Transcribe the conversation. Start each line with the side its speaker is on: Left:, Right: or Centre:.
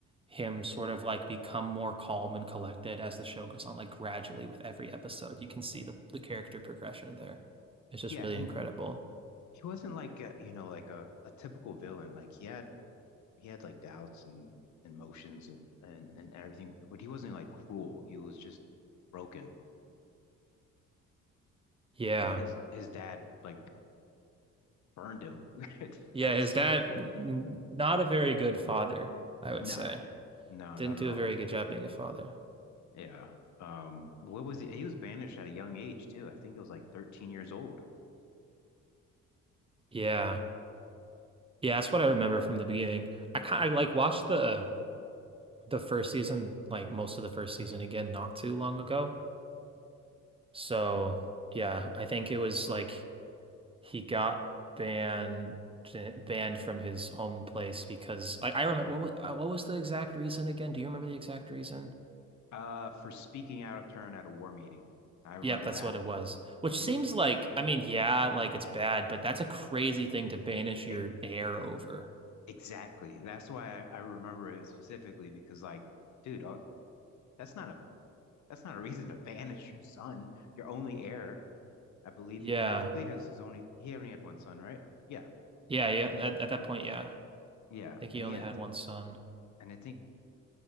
Right: him sort of like become more calm and collected as the show goes on, like gradually with every episode. You can see the the character progression there. It's just
Left: Yeah,
Right: really
Left: and
Right: incredible.
Left: he wasn't like a, you know like a, a typical villain. Like he had he had like doubts and, and emotions and, and and everything, but he wasn't like cruel. He was just broken.
Right: Yeah.
Left: I mean his his dad like burned him <laughs> at,
Right: Yeah,
Left: at
Right: his dad, n- not a very good father, I would
Left: no.
Right: say.
Left: No,
Right: Didn't
Left: not at
Right: do
Left: all.
Right: a very good job being a father.
Left: Yeah. Um, what was he? He was banished at a young age too. I think it was like 13 years old.
Right: Yeah. Yeah, that's what I remember from the beginning. I kind I like watched the the first season, like most of the first season again, not too long ago. So yeah, I think it was like he got banned banned from his home place because I, I remember what was uh, what was the exact reason again? Do you remember the exact reason?
Left: Uh, for speaking out of turn at a war meeting. I remember
Right: Yep, that's
Left: that.
Right: what it was. Which
Left: hmm
Right: seems like, I mean, yeah, like it's bad, but that's a crazy thing to banish your
Left: E-
Right: heir over.
Left: exactly. That's why I, I remember it specifically because like, dude, uh, that's not a that's not a reason to banish your son, your only heir. I believe
Right: Yeah.
Left: he, I believe it was his only he only had one son, right? Yeah.
Right: Yeah, yeah, at, at that point, yeah. I
Left: Yeah.
Right: think
Left: And
Right: he only
Left: he had
Right: had one son.
Left: and I think